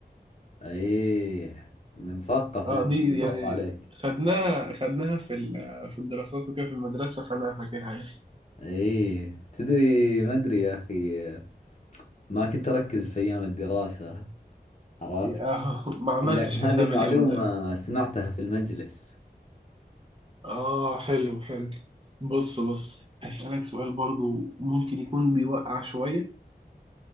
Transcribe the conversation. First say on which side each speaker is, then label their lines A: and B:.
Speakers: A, on the left (about 45°); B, on the right (about 30°).
A: ايه مثقف
B: اه
A: انت
B: دي
A: ما
B: يعني
A: شاء الله عليك
B: خدناها خدناها في ال- في الدراسات وكده في المدرسة فأنا فاكرها
A: ايه تدري ما ادري يا اخي ما كنت اركز في ايام الدراسة عرفت
B: يعني اه <laughs> ما عملتش
A: إي، لكن هذه
B: حساب
A: المعلومة
B: اليوم ده
A: سمعتها في المجلس
B: اه حلو حلو بص بص هسألك سؤال برضو ممكن يكون بيوقع شوية